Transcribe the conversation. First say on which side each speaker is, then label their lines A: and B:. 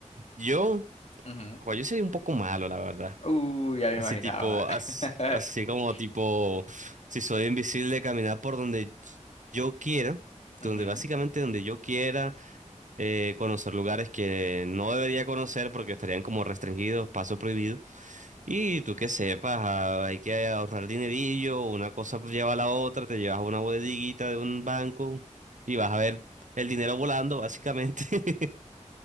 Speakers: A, on the right; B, on the left.
A: yo,
B: Ujú,
A: pues yo sería un poco malo, la verdad.
B: Uy, ya me
A: Así
B: imaginaba.
A: tipo, así,
B: <laughs>
A: así como tipo, si soy invisible, caminar por donde yo quiera,
B: ujú,
A: donde básicamente donde yo quiera, eh, conocer lugares que no debería conocer porque estarían como restringidos, paso prohibido. Y tú que sepas, ah, hay que ahorrar dinerillo, una cosa pues lleva a la otra, te llevas a una bodeguita de un banco y vas a ver el dinero volando, básicamente. <laughs>